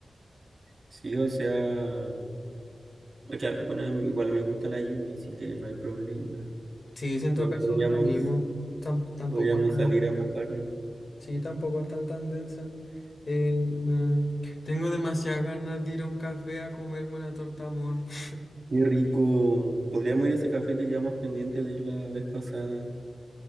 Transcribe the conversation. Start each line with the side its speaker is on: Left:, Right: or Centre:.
Right: Sí, o sea, o sea, bueno, igual me gusta la lluvia, así que no hay problema.
Left: Sí, siento
Right: Igual
Left: en todo
Right: podríamos,
Left: es lo mismo. Tam- tampoco
Right: podríamos
Left: es tan,
Right: salir a mojarnos.
Left: sí, tampoco es tan tan densa. Eh, mm, tengo demasiadas ganas de ir a un café a comerme una torta amor. <laughs>
Right: Qué rico. Podríamos ir a ese café que quedamos pendiente de ir la vez pasada.